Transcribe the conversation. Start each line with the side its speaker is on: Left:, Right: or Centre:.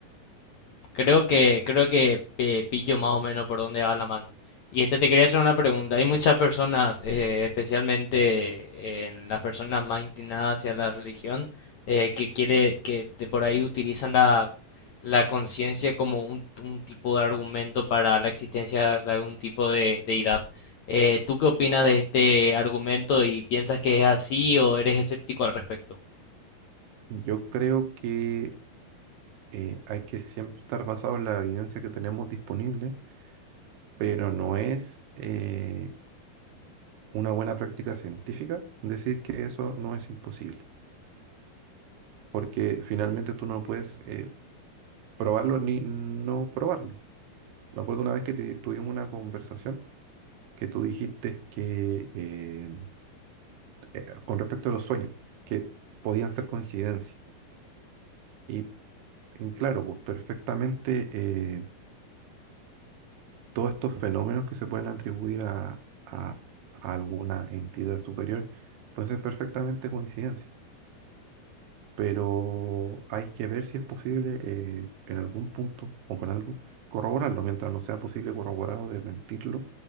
Left: Creo que, creo que eh, pillo más o menos por dónde va la mano. Y este te quería hacer una pregunta. Hay muchas personas, eh, especialmente en las personas más inclinadas hacia la religión, eh, que quiere, que de por ahí utilizan la, la conciencia como un, un tipo de argumento para la existencia de algún tipo de deidad. Eh, ¿tú qué opinas de este argumento y piensas que es así o eres escéptico al respecto?
Right: Yo creo que eh, hay que siempre estar basado en la evidencia que tenemos disponible, pero no es eh, una buena práctica científica decir que eso no es imposible, porque finalmente tú no puedes eh, probarlo ni no probarlo. Me acuerdo una vez que te- tuvimos una conversación que tú dijiste que eh, eh, con respecto a los sueños, que podían ser coincidencias. Y, y claro, pues perfectamente eh, todos estos fenómenos que se pueden atribuir a, a- a alguna entidad superior, pueden ser perfectamente coincidencia. pero hay que ver si es posible eh, en algún punto o con algo corroborarlo. Mientras no sea posible corroborarlo, desmentirlo,